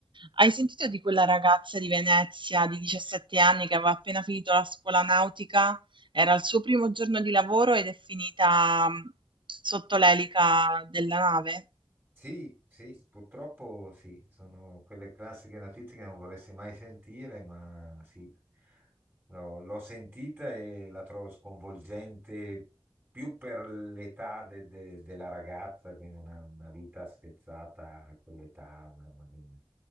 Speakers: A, on the right; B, on the right.
A: Hai sentito di quella ragazza di Venezia di 17 anni che aveva appena finito la scuola nautica? Era il suo primo giorno di lavoro ed è finita mh, sotto l'elica della nave.
B: Sì, sì, purtroppo sì, sono quelle classiche notizie che non vorresti mai sentire, ma sì, No, l'ho sentita e la trovo sconvolgente più per l'età de- de- della ragazza, quindi una, una vita spezzata a quell'età, mamma mia.